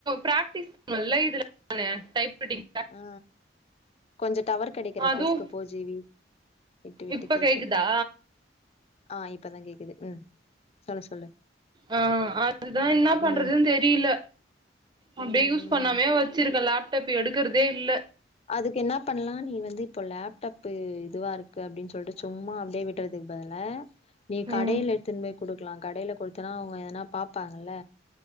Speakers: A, on the right; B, on the left.
A: பிராக்டிஸ் நல்லா இதுல னே டைப் ரைட்டிங்
B: ஆ கொஞ்ச டவர் கெடக்கற
A: அதுவு
B: பிளேஸ்க்கு போ ஜீவி விட்டு விட்டு
A: இப்ப
B: கேக்குது
A: கேக்குதா
B: ஆ இப்பதா கேக்குது ம் சொல்லு சொல்லு
A: ஆ அதுதா என்னா பண்றது
B: ம்
A: தெரில அப்டே
B: ம்
A: யூஸ்
B: ம்
A: பண்ணாமயே வச்சிருக்க லேப்டப் எடுக்குறதே இல்ல
B: அதுக்கு என்னா பண்லா நீ வந்து இப்போ லேப்டாப்பு இதுவா இருக்கு அப்டின் சொல்ட்டு சும்மா அப்டியே விட்றதுக்கு பதுல நீ
A: ம்
B: கடையில எடுத்துன் போய் குடுக்கலா கடையில கொடுத்தனா அவுங்க எதனா பாப்பாங்கல்ல